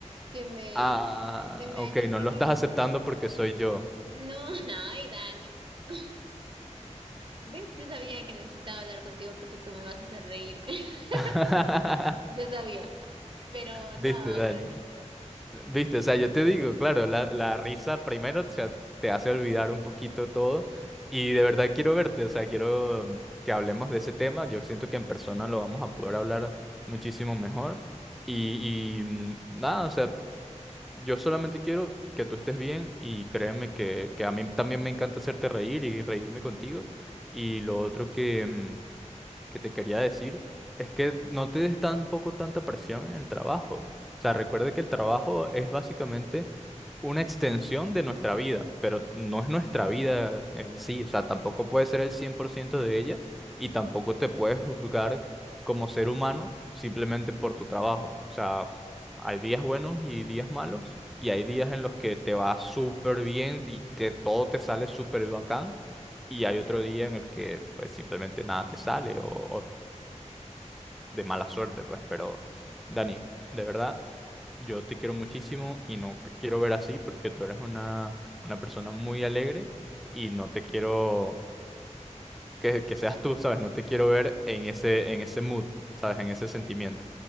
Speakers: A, on the right; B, in the centre.
A: que me,
B: Ah,
A: que me
B: ok,
A: ayude
B: no lo
A: a distraer.
B: estás aceptando porque soy yo.
A: No, <laughs> ay, Dani. <laughs> ¿Ves? Yo sabía que necesitaba hablar contigo porque tú me vas a hacer reír. <laughs>
B: <laughs>
A: Yo sabía, pero
B: Viste,
A: no,
B: Dani.
A: no,
B: Viste, o sea, yo te digo, claro, la, la risa primero, o sea, te hace olvidar un poquito todo y de verdad quiero verte, o sea, quiero mm, que hablemos de ese tema. Yo siento que en persona lo vamos a poder hablar muchísimo mejor y, y, mm, nada, o sea, Yo solamente quiero que tú estés bien y créeme que, que a mí también me encanta hacerte reír y reírme contigo. Y lo otro que, mm, que te quería decir es que no te des tampoco tanta presión en el trabajo. O sea, recuerda que el trabajo es básicamente una extensión de nuestra vida, pero no es nuestra vida en sí,
A: no.
B: o sea, tampoco puede ser el 100% de ella y tampoco te puedes juzgar como ser humano simplemente por tu trabajo, o sea, hay días buenos y días malos y hay días en los que te va súper bien y te, todo te sale súper bacán y hay otro día en el que pues simplemente nada te sale o, o de mala suerte, pues, pero Dani, de verdad, yo te quiero muchísimo y no te quiero ver así porque tú eres una, una persona muy alegre y no te quiero que, que seas tú, ¿sabes? No te quiero ver en ese, en ese mood, ¿sabes? En ese sentimiento.